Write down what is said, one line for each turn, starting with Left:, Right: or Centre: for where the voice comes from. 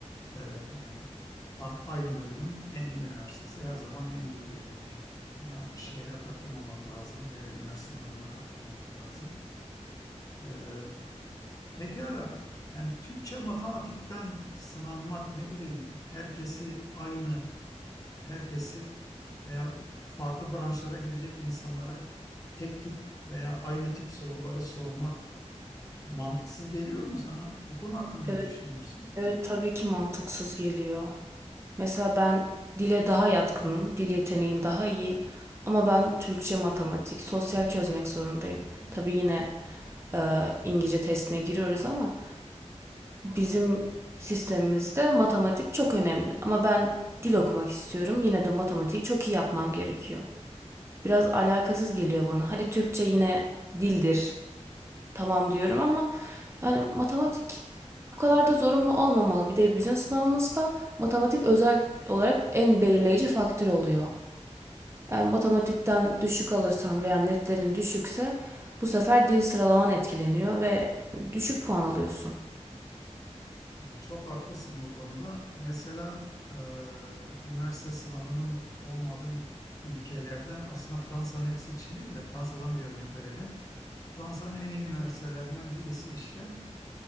Left: Ee, yani fark aynı bölümün en iyi üniversitesi her zaman en iyidir. Yani buna şehre takılmamak lazım veya üniversitenin adına takılmamak lazım. Ee, pekala yani Türkçe matematikten sınanmak ne bileyim herkesi aynı herkesi veya farklı branşlara gidecek insanlara tek tip veya aynı tip soruları sormak mantıksız geliyor mu sana? Bu konu hakkında
Right: Evet,
Left: ne düşünüyorsun?
Right: evet tabii ki mantıksız geliyor. Mesela ben dile daha yatkınım, dil yeteneğim daha iyi. Ama ben Türkçe, matematik, sosyal çözmek zorundayım. Tabii yine e, İngilizce testine giriyoruz ama bizim sistemimizde matematik çok önemli. Ama ben dil okumak istiyorum. Yine de matematiği çok iyi yapmam gerekiyor. biraz alakasız geliyor bana. Hadi Türkçe yine dildir. Tamam diyorum ama yani matematik bu kadar da zorunlu olmamalı. Bir de bizim sınavımızda matematik özel olarak en belirleyici faktör oluyor. Eğer matematikten düşük alırsan veya netlerin düşükse bu sefer dil sıralaman etkileniyor ve düşük puan alıyorsun.
Left: Çok haklısın bu konuda. Mesela e, üniversite sınavının olmadığı ülkelerden aslında Fransa'nın hepsi için değil de Fransa'dan bir örnek vereceğim. Fransa'nın en iyi üniversitelerinden birisi işte